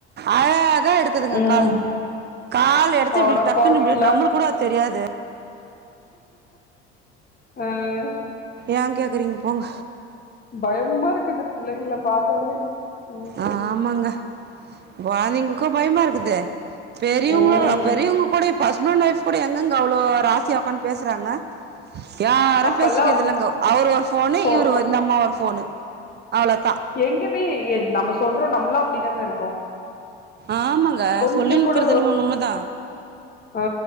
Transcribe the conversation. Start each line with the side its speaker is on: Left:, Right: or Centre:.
Right: அழ கா எடுக்குதுங்க
Left: ம்
Right: கால் கால் எடுத்து
Left: அடப்பாவிங்களா
Right: இப்டி டக்குன்னு இப்டி நம்மளுக் கூட அது தெரியாது
Left: ம்
Right: ஏங் கேக்கிறிங் போங்
Left: பயம்மா இருக்குது புள்ளைங்கள பாத்தாலே ம்
Right: ஆமாங்க வாந்தைங்ளுக்கு பயமா இருக்குது பெரியுங்ளு
Left: ம்
Right: பெரியுவங்க கூட இப்ப ஹஸ்பண்ட் ஒய்ஃப் கூட எங்கேங்க அவ்ளோ ஆசையா உக்காந் பேஸ்சறாங்க யாரு
Left: அப்பல்லா
Right: பேசிக்கிறது இல்லங்கோ அவர் ஒரு ஃபோன்னு
Left: போன்
Right: இவர் ஒரு இந்தம்மா ஒரு ஃபோன்னு அவ்ளதா
Left: எங்க வீ என் நம்ம சொல்றோ நம்மளு அப்டிதாங்க இருக்கோ
Right: ஆமாங்க
Left: கொஞ்ச
Right: சொல்லினுக்கிறது
Left: கூட
Right: என்னமோ உண் உண்மதா
Left: ஆ